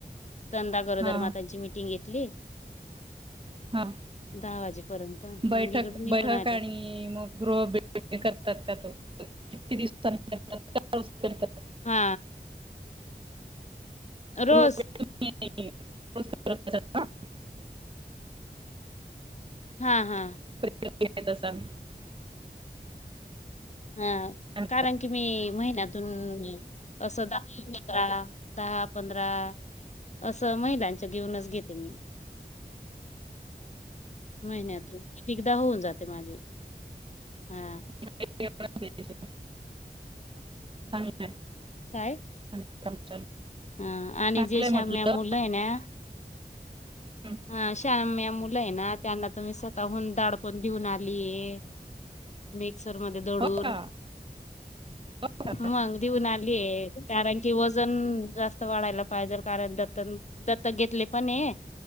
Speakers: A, on the left; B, on the right.
A: चंदा गरोदर
B: हा
A: मातांची मिटिंग घेतली
B: हा
A: दहा वाजेपर्यंत
B: बैठक
A: मग इकडून निघून
B: बैठक
A: आले
B: आणि मग गृह <unintelligible> करतात का तो किती दिवसां <unintelligible>
A: हा रोस
B: गृह <unintelligible>
A: हा हा.
B: <unintelligible>
A: हो
B: आणि
A: कारण की मी महिन्यातून असं दहा पधरा दहा पंधरा असं महिलांच घेऊनच घेते मी महिन्यातून किती? होऊन जाते माझी हा
B: <unintelligible> चांगलंय हाय.
A: काय?
B: <unintelligible>
A: हा आणि
B: चांगलं
A: जे श्याम्या
B: आहे म्हटलं
A: मुलं आहे ना
B: हं.
A: हा श्याम्या मुली त्यांना तु स्वतःहून दाडपण देऊन आलीय मी सर मध्ये दौडून
B: हो का हो का
A: मग दिऊन आलीय कारण की वजन जास्त वाढायला पाहिजेल कारण दत्तन दत्तक घेतले पण हे.